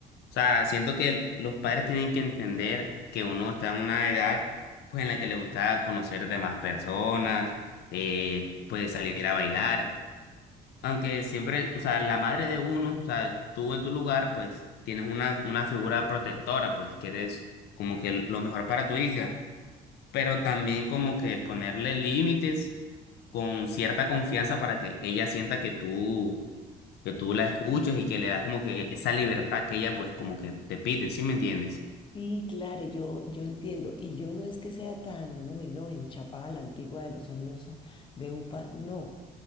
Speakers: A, on the left (about 75°); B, on the left (about 30°).
A: sea, siento que los padres tienen que entender que uno está en una edad pues en la que le gusta conocer de más personas, eh, pues salir a bailar. Aunque siempre, o sea, la madre de uno, o sea, tú en tu lugar, pues tienes una, una figura protectora, pues que eres como que lo mejor para tu hija. pero también como que ponerle límites con cierta confianza para que ella sienta que tú, que tú la escuchas y que le das como que esa libertad que ella pues como que te pide, ¿sí me entiendes?
B: Sí, claro, yo, yo entiendo. Y yo no es que sea tan, uy, no, enchapada a la antigua de los años de UPA, no.